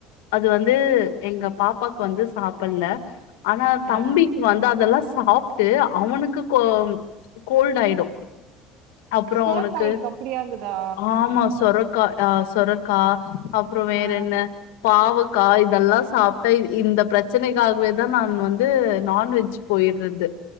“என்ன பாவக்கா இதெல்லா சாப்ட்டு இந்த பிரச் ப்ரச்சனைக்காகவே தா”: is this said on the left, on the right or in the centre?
Left